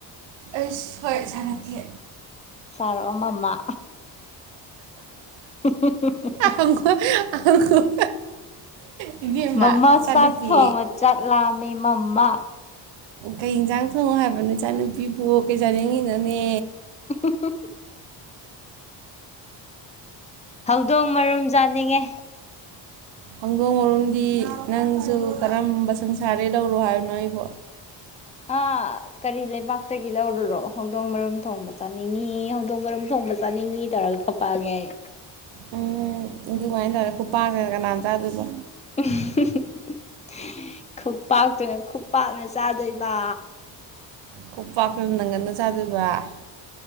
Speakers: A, on the right; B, on the left.
A: ꯑꯁ ꯍꯣꯏ ꯁꯥꯔꯛꯀꯦ
B: ꯁꯥꯔꯛ ꯑꯣ ꯃꯃꯥ <unintelligible>
A: ꯍꯪꯒꯣꯏ ꯍꯪꯒꯣꯏ ꯏꯕꯦꯝꯃ
B: ꯃꯃꯥ
A: ꯏꯆꯥꯅꯨꯄꯤ
B: ꯆꯥꯛ ꯊꯣꯡꯉꯣ ꯆꯥꯛ ꯂꯥꯝꯃꯤ ꯃꯃꯥ
A: ꯀꯩ ꯌꯦꯟꯖꯥꯡ ꯊꯣꯡꯉꯣ ꯍꯥꯏꯕꯅꯣ ꯏꯆꯥꯅꯨꯄꯤꯕꯨ ꯀꯩ ꯆꯥꯅꯤꯡꯉꯤꯅꯣꯅꯦ
B: <unintelligible> ꯍꯧꯗꯣꯡ ꯃꯔꯨꯝ ꯆꯥꯅꯤꯡꯉꯦ
A: ꯈꯪꯗꯣꯡ ꯃꯔꯣꯝꯗꯤ ꯅꯪꯁꯨ ꯀꯔꯝꯕ ꯁꯪꯁꯥꯔꯗꯩ ꯂꯧꯔꯣ ꯍꯥꯏꯕꯅꯣ ꯑꯩꯕꯣ
B: ꯑꯥ ꯀꯔꯤ ꯂꯩꯕꯥꯛ ꯇꯒꯤ ꯂꯧꯔꯨꯔꯣ ꯍꯧꯗꯣꯡ ꯃꯔꯨꯝ ꯊꯣꯡꯕ ꯆꯥꯅꯤꯡꯉꯤ ꯍꯧꯗꯣꯡ ꯃꯔꯨꯝ ꯊꯣꯡꯕ ꯆꯥꯅꯤꯡꯉꯤ ꯇꯧꯔꯒ ꯀꯞꯄꯛꯑꯒꯦ ꯑꯩ <inaudible>
A: ꯎꯝ ꯑꯗꯨꯃꯥꯏꯅ ꯇꯧꯔ ꯈꯨꯄꯥꯛꯅ ꯀꯅꯥꯅ ꯆꯥꯗꯣꯏꯕ
B: <unintelligible> ꯈꯨꯄꯥꯛꯇꯨꯅ ꯈꯨꯄꯥꯛꯅ ꯆꯥꯗꯣꯏꯕ
A: ꯀꯣꯄꯥꯥ ꯈ ꯅꯒꯦꯅꯖꯕ